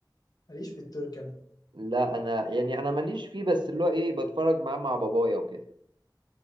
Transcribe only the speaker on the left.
ماليش في التركي